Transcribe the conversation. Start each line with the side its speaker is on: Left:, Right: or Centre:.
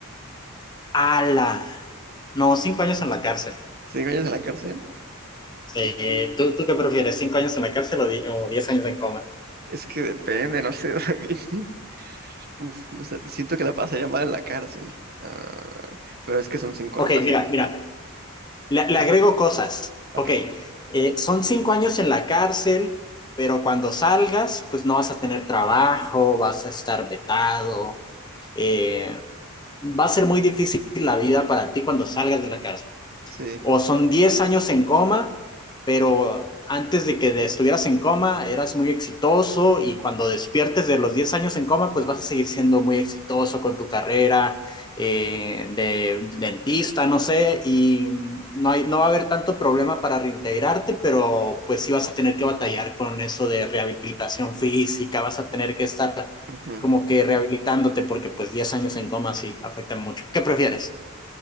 Left: ¡Hala! No, cinco años en la cárcel.
Right: ¿Cinco años en la cárcel?
Left: Sí, ¿tú, tú qué prefieres? ¿Cinco años en la cárcel o, di- o diez años en coma?
Right: Es que depende, no sé. <laughs> o sea, que- Uf, no sé, siento que la pasaría mal en la cárcel. Ah, pero es que son cinco
Left: Ok,
Right: nomás.
Left: mira,
Right: eh.
Left: mira, le, le
Right: Ah,
Left: agrego cosas.
Right: ok,
Left: Ok, eh, son cinco años en la cárcel, pero cuando salgas, pues no vas a tener trabajo, vas a estar vetado. eh, va a ser muy difícil la vida para ti cuando salgas de la cárcel.
Right: sí.
Left: o son 10 años en coma, pero antes de que estuvieras en coma eras muy exitoso y cuando despiertes de los 10 años en coma, pues vas a seguir siendo muy exitoso con tu carrera eh, de de dentista, no sé, y mm, no hay, no va a haber tanto problema para reintegrarte, pero pues sí vas a tener que batallar con eso de rehabilitación física, vas a tener que estar
Right: Ujú.
Left: como que rehabilitándote porque pues 10 años en coma sí afectan mucho. ¿Qué prefieres?